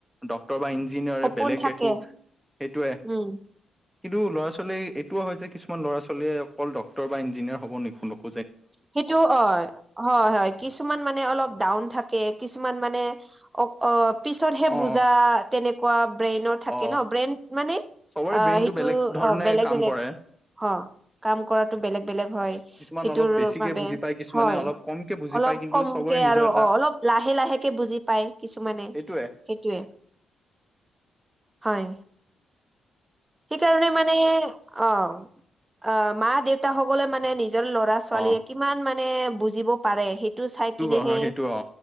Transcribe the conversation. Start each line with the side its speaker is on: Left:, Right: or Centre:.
Centre: ডক্টৰ বা ইঞ্জিনিয়াৰে
Right: সপোন
Centre: বেলেগ
Right: থাকে
Centre: একো সেইটোৱে।
Right: উম
Centre: কিন্তু ল'ৰা-ছোৱালী এইটোও হয় যে কিছুমান ল'ৰা-ছোৱালীয়ে অকল ডক্তৰ বা ইঞ্জিনিয়াৰ হ'ব নি ন
Right: সেইটো অ হয় হয় কিছুমান মানে অলপ ডাউন থাকে, কিছুমান মানে অ অ পিছতহে
Centre: অ
Right: বুজা তেনেকুৱা ব্ৰেইনৰ থাকে
Centre: অ
Right: ন, ব্ৰেইন মানে
Centre: চবৰে
Right: অ
Centre: ব্ৰেইনটো
Right: সেইটো
Centre: বেলেগ ধৰণে
Right: অ বেলেগ
Centre: কাম
Right: বেলেগ,
Centre: কৰে
Right: অ কাম কৰাটো বেলেগ বেলেগ হয়। সেইটোৰ
Centre: কিছুমান অলপ বেছিকে
Right: বাবে
Centre: বুজি পায় কিছুমানে
Right: হয়।
Centre: অলপ কমকে বুজি
Right: অলপ
Centre: পায় কিন্তু
Right: কমকে
Centre: চবৰে নিজৰ
Right: আৰু
Centre: এটা
Right: অ অলপ লাহে লাহেকে বুজি পাই কিছুমানে
Centre: সেইটোৱে
Right: সেইটোৱে, হয়। সেইকাৰণে মানে অ অ মা-দেউতা সকলে মানে নিজৰ ল'ৰা ছোৱালীয়ে
Centre: অ
Right: কিমান মানে বুজিব পাৰে সেইটো চাই কিনেহে
Centre: অ সেইটো অ